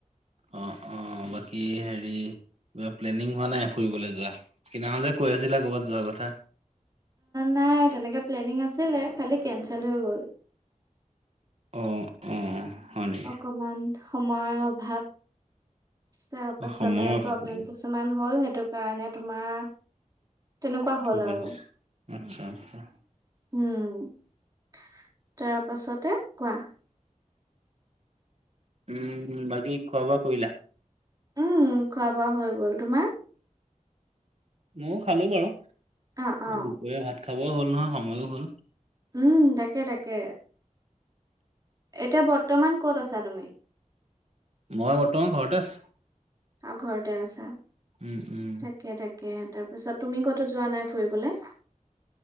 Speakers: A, on the right; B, on the right.
A: আঁ আঁ বাকী হেৰি কিবা প্লেনিং হোৱা নাই ফুৰিবলৈ যোৱা সিদিনাখন যে কৈ আছিলা ক'ৰবাত যোৱা কথা।
B: নাই তেনেকে প্লেনিং আছিলে খালি কেঞ্চেল হৈ গ'ল
A: অ অ। হয় নেকি
B: অকমান সময়ৰ অভাৱ তাৰ পাছতে
A: অ সময়ৰ অভাৱ
B: প্ৰব্লেম
A: নেকি
B: কিছুমান হ'ল সেইটো কাৰণে তোমাৰ তেনেকুৱা হ'ল
A: বুজিছো
B: আৰু
A: আচ্ছা আচ্ছা
B: উম । তাৰ পাছতে কোৱা
A: উম বাকী খোৱা বোৱা কৰিলা?
B: উম খোৱা বোৱা হৈ গ'ল তোমাৰ?
A: ময়ো খালো বাৰু
B: অ অ
A: দুপৰীয়া ভাত খাবও হ'ল নহয় সময়ো হ'ল।
B: উম তাকে তাকে এতিয়া বৰ বৰ্তমান ক'ত আছা তুমি?
A: মই বৰ্তমান ঘৰতে আছো।
B: আৰু ঘৰতে আছা
A: উম উম
B: তাকে তাকে। তাৰপিছত তুমি কতো যোৱা নাই ফুৰিবলে?